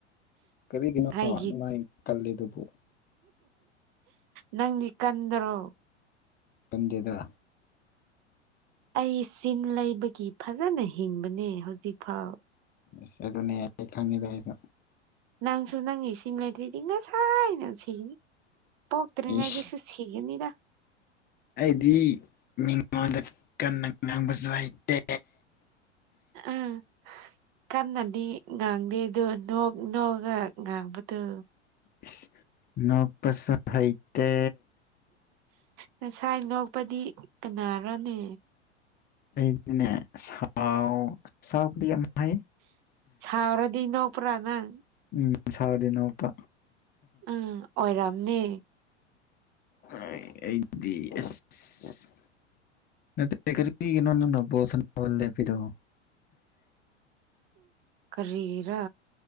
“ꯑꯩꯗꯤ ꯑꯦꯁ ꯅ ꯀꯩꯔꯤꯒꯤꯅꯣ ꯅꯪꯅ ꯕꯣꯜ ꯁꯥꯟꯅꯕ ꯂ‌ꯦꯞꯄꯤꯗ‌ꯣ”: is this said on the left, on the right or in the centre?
Left